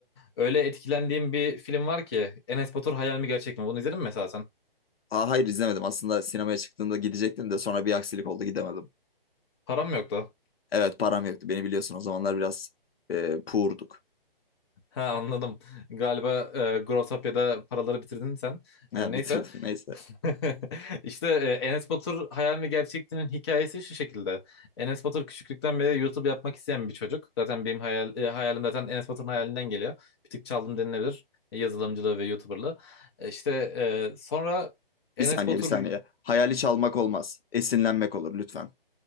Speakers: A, on the left; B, on the left.
A: e, öyle etkilendiğim bir film var ki Enes Batur Hayal mi Gerçek mi? Bunu izledin mi mesela sen?
B: Aa, hayır izlemedim. Aslında sinemaya çıktığımda gidecektim de sonra bir aksilik oldu gidemedim.
A: Param yoktu. <laughs>
B: Evet param yoktu. Beni biliyorsun o zamanlar biraz e, poor'duk.
A: Ha anladım. Galiba e, Growtopia'da paraları bitirdin sen.
B: Ha,
A: E, neyse.
B: bitirdim <laughs> neyse.
A: <laughs> İşte e, Enes Batur Hayal mi Gerçek'tinin hikayesi şu şekilde. Enes Batur küçüklükten beri YouTube yapmak isteyen bir çocuk. Zaten benim hayal, e, hayalim zaten Enes Batur'un hayalinden geliyor. Bir tık çaldım denilebilir. Yazılımcılığı ve YouTuber'lığı. E, İşte e, sonra Enes
B: Bir saniye
A: Batur
B: bir saniye. Hayali çalmak olmaz. Esinlenmek olur lütfen.